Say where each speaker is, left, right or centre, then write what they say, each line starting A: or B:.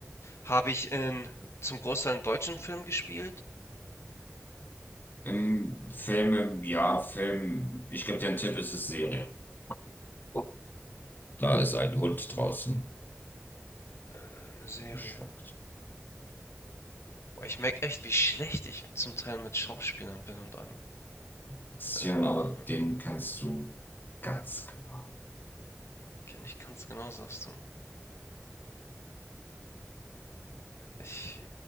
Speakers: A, on the left; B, on the left.
A: Habe ich in zum Großteil einen deutschen Film gespielt?
B: im Film, ja, Film, ich gebe dir einen Tipp, es ist Serie. Oh, Da ist ein Hund draußen.
A: Äh, eine Serie.
B: Schmeckt.
A: Boah, ich merke echt, wie schlecht ich zum Teil mit Schauspielern bin und allem.
B: Bisschen,
A: Äh,
B: aber den kennst du ganz klar.
A: kenne ich ganz genau, sagst du. Ich,